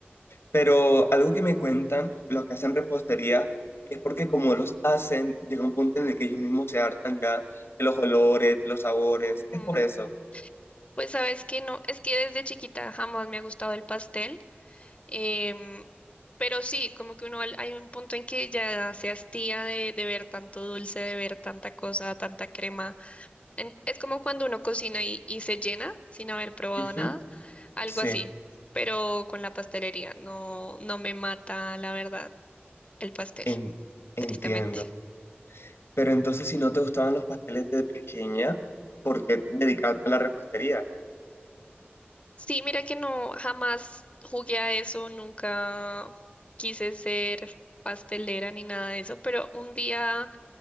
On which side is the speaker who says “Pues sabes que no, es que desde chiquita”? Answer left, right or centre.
Left